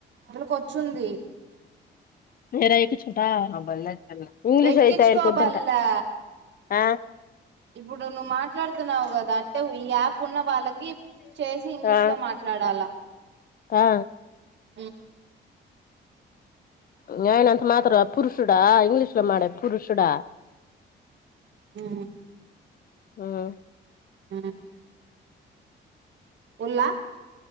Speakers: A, on the right; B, on the left.
A: కొచ్చుంది
B: నేర ఎక్కిచుంకూన్టా ఆ ఇంగ్లీష్
A: ఎక్కించుకోబల్లా
B: అయితే అయిపోదంట ఆ
A: ఇప్పుడు నువ్వు మాట్లాడుతున్నావు కదా అంటే ఈ యాప్ ఉన్న వాళ్ళకి చేసి ఇంగ్లీష్
B: ఆ
A: లో మాట్లాడాల
B: ఆ
A: ఉ
B: మీ ఆయన అంత పురుషుడా ఇంగ్లీష్ లో మాడే పురుషుడా
A: ఊ
B: ఆ
A: ఉ ఉల్ల